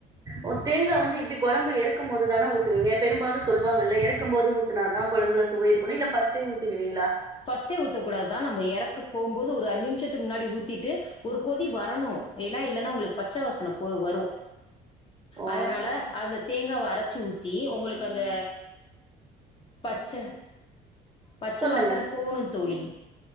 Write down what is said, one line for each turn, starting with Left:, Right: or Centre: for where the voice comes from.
Right: ஓ தேங்காய் வந்து எப்டி கொழம்பு எறக்கும்போது தான ஊத்துவீங்க பெரும்பாலு சொல்லுவாங்கல்ல எறக்கும் போது ஊத் துனாதா கொழம்புல சுவை இருக்குணு இல்ல ஃபஸ்ட்டே ஊத்திடுவீங்ளா
Left: ஃபஸ்ட்டே ஊத்தக்கூடாத்தா நம்ம எறக்கு போம்போது ஒரு அஞ்சு நிமிஷத்துக்கு முன்னாடி ஊத்திட்டு ஒரு கொதி வரணு ஏனா இல்லன்னா உங்களுக்கு பச்ச வாசன போ வரு
Right: ஓ
Left: அதனால அந்த தேங்காவ அரைச்சு ஊத்தி உங்களுக்கு அந்த பச்ச பச்ச
Right: சொல்லுங்க
Left: வாசன போணு தோழி